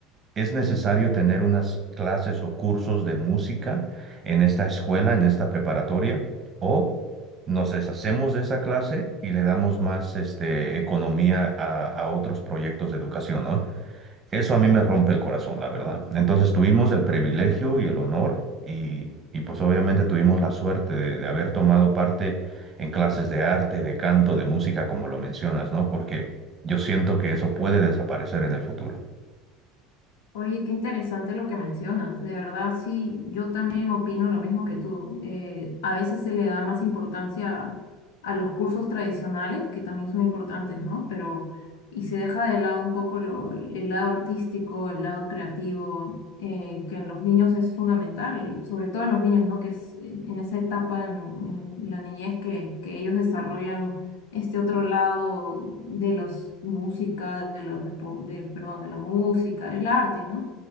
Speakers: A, on the right; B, on the left.
A: ¿Es necesario tener unas clases o cursos de música en esta escuela, en esta preparatoria? ¿O nos deshacemos de esa clase y le damos más este, economía a, a otros proyectos de educación, ¿no? Eso a mí me rompe el corazón, la verdad. Entonces tuvimos el privilegio y el honor y, y, pues obviamente tuvimos la suerte de, de haber tomado parte en clases de arte, de canto, de música, como lo mencionas, ¿no? Porque yo siento que eso puede desaparecer en el futuro.
B: Oye, qué interesante lo que mencionas. De verdad, sí, yo también opino lo mismo que tú. Eh, a veces se le da más importancia a, a los cursos tradicionales, que también son importantes, ¿no? Pero, y se deja de lado un poco lo- el lado artístico, el lado creativo, eh, que en los niños es fundamental, y sobre todo en los niños, ¿no? Que es en en esa etapa en, en la niñez que, que ellos desarrollan este otro lado de los música, de los depo- del, perdón, de la música, el arte, ¿no?